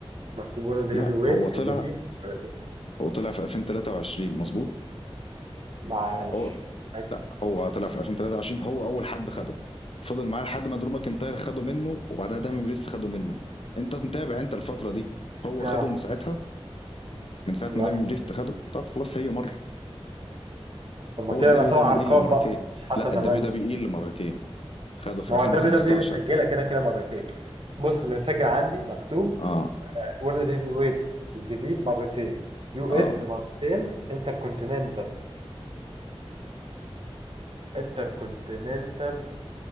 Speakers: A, on the right (about 60°); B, on the left (about 65°).
A: مكتوب وورلد هيفي
B: لا
A: ويت
B: هو طلع
A: الجديد مرتين
B: هو طلع في 2023 مظبوط
A: ما مش
B: هو
A: فاكر.
B: لا هو طلع في 2023 هو اول حد خده فضل معاه لحد ما درو ماكنتاير خده منه وبعدها دايمين بريست خده منه انت متابع انت الفتره دي هو
A: آه
B: خده من ساعتها من ساعه
A: لا
B: ما دايمين بريست خده طب خلاص هي مره
A: طب ما
B: هو
A: كده
B: الدبليو
A: يبقى سبع
B: دبليو
A: ألقاب
B: اي اللي مرتين
A: بقى مش حتى
B: لا
A: ثمانية
B: الدبليو دبليو اي اللي مرتين خده في
A: ما
B: 2015
A: هو دبليو دبليو اي متسجلة كده كده مرتين بص اللي متسجل عندي مكتوب
B: اه
A: وورلد هيفي ويت الجديد مرتين يو
B: اه
A: اس مرتين انتر كونتيننتال انتر كونتيننتال